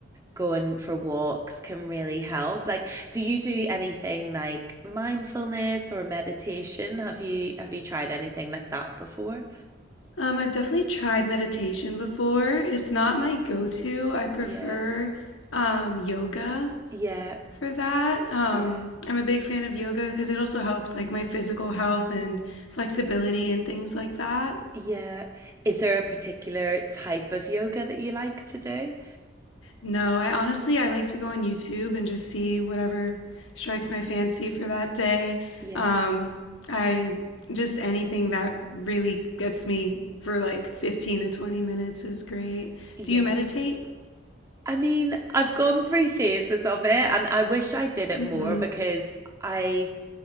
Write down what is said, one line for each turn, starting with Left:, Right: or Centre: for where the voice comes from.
Right: going for walks can really help. Like, do you do anything like mindfulness or meditation? Have you have you tried anything like that before?
Left: Um, I've definitely tried meditation before. It's not my go to. I prefer
Right: Yeah.
Left: um, yoga
Right: Yeah.
Left: For that, um,
Right: Yeah.
Left: I'm a big fan of yoga because it also helps like my physical health and flexibility and things like that.
Right: Yeah. Is there a particular type of yoga that you like to do?
Left: No, I honestly I like to go on YouTube and just see whatever strikes my fancy for that day.
Right: Yeah.
Left: Um, I just anything that really gets me for like 15 to 20 minutes is great.
Right: Yeah.
Left: Do you meditate?
Right: I mean, I've gone through phases of it and I wish I did it
Left: Mm-hmm.
Right: more because I